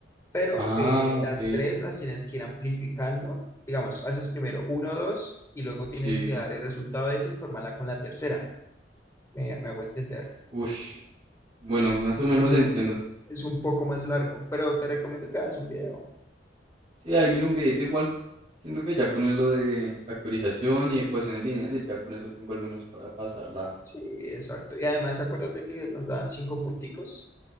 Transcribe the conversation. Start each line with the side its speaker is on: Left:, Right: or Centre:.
Left: Pero
Right: Ah,
Left: eh, las
Right: ok,
Left: tres las tienes que ir amplificando, digamos, haces primero uno, dos, y luego tienes
Right: sí.
Left: que dar el resultado de esa y formarla con la tercera. Me, me hago entender.
Right: Ush, bueno, más o menos
Left: Entonces
Right: entiendo.
Left: es, es un poco más largo, pero te recomiendo que hagas un video.
Right: Sí, ahí miro un videito igual, siento que ya con lo de factorización y ecuaciones lineales, ya con eso tengo al menos para pasarla.
Left: Sí, exacto. Y además acuérdate que nos dan cinco punticos.